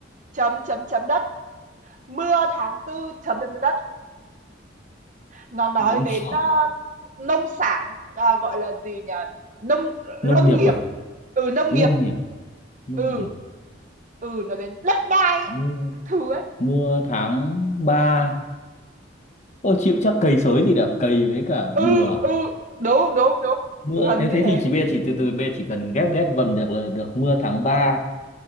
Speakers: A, on the right; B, on the left.
A: chấm chấm chấm đất mưa tháng tư chấm chấm đất nó nói
B: vẫn
A: đến
B: khó
A: ờ, nông sản à, gọi là gì nhỉ nông lâm
B: nông nghiệp
A: nghiệp
B: à
A: ừ nông
B: lâm
A: nghiệp
B: nghiệp nông
A: ừ
B: nghiệp
A: ừ nó đến đất đai
B: mưa,
A: các thứ ấy
B: mưa tháng ba Tôi chịu chắc cầy sới thì đã cầy với cả
A: ừ
B: bừa
A: ừ đúng đúng đúng
B: mưa
A: gần
B: nếu
A: như
B: thế
A: thế
B: thì chỉ bây giờ chỉ từ từ bây giờ chỉ cần ghép ghép vần được là được mưa tháng 3